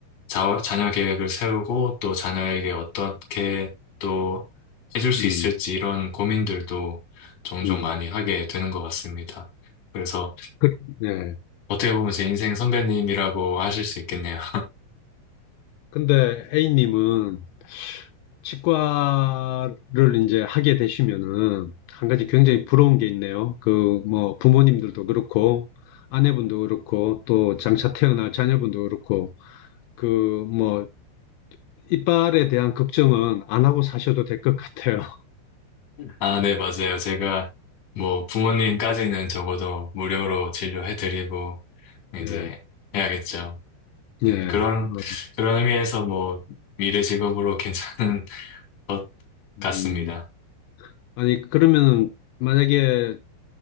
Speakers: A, on the left; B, on the left.
A: 자, 자녀 계획을 세우고 또 자녀에게 어떻게 또 해줄 수
B: 음,
A: 있을지 이런 고민들도 종종
B: 음.
A: 많이 하게 되는 것 같습니다. 그래서
B: 그, 네.
A: 어떻게 보면 제 인생 선배님이라고 하실 수 있겠네요.
B: 근데 A님은 치과를 이제 하게 되시면은 한 가지 굉장히 부러운 게 있네요. 그 뭐 부모님들도 그렇고 아내분도 그렇고 또 장차 태어날 자녀분도 그렇고 그 뭐 이빨에 대한 걱정은 안 하고 사셔도 될 것 같아요.
A: 아, 네, 맞아요. 제가 뭐 부모님까지는 적어도 무료로 진료해드리고
B: <laughs>
A: 이제
B: 예,
A: 해야겠죠.
B: 예.
A: 네, 그런,
B: 어,
A: 그런 의미에서 뭐 미래 직업으로 괜찮은 <laughs> 것 같습니다.
B: 음. 아니 그러면은 만약에